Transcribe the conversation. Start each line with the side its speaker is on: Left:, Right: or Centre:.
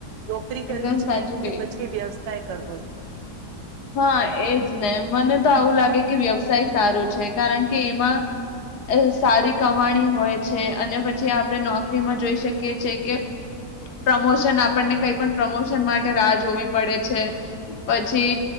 Right: નોકરી કરવી
Left: એકદમ
Right: છે
Left: સાચું
Right: કે
Left: ક
Right: પછી, વ્યવસાય કરવો છે.?
Left: હા એજ ને મને તો આવું લાગે કે વ્યવસાય સારો છે. કારણ કે, એમાં સારી કમાણી હોય છે. અને પછી જે આપણે નોકરીમાં જોઈ શકીએ છઈ કે, પ્રમોશન આપણને કઈ પણ પ્રમોશન માટે રાહ જોવી પડે છે. પછી